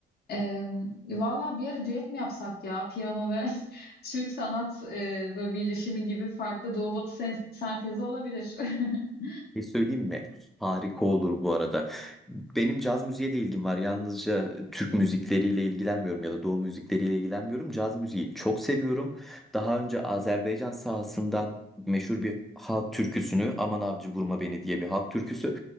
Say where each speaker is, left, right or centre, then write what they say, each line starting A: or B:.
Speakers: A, on the left (about 55°); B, in the centre.
A: Ee, valla bir ara düet mi yapsak ya? Piyano ve <laughs> Türk sanat e, böyle birleşimi gibi farklı doğu batı sen- sentezi olabilir. <laughs>
B: Bir şey söyleyeyim mi? Harika olur bu arada. Benim caz müziğe de ilgim var. Yalnızca Türk müzikleriyle ilgilenmiyorum ya da Doğu müzikleriyle ilgilenmiyorum. Caz müziği çok seviyorum. Daha önce Azerbaycan sahasından meşhur bir halk türküsünü Aman Avcı Vurma Beni diye bir halk türküsü.